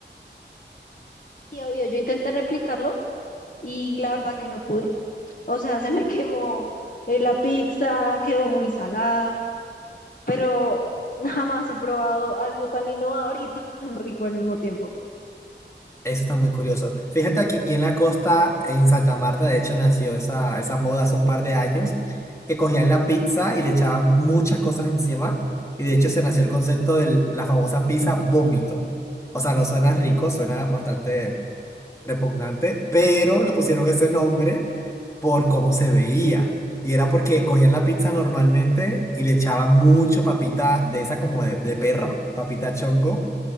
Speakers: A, on the left (about 45°); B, on the left (about 15°).
A: sí, obvio, yo intenté replicarlo y la verdad que no pude. O sea, se me quemó eh, la pizza, quedó muy salada, pero <laughs> jamás he probado algo tan innovador y tan rico al mismo tiempo.
B: Eso está muy curioso. Fíjate aquí, aquí en la costa, en Santa Marta, de hecho, nació esa, esa moda hace un par de años, que cogían la pizza y le echaban muchas cosas encima. Y de hecho, se nació el concepto de la famosa pizza vómito. O sea, no suena rico, suena bastante repugnante, pero le pusieron ese nombre por cómo se veía. Y era porque cogían la pizza normalmente y le echaban mucho papita de esa como de, de perro, papita chongo,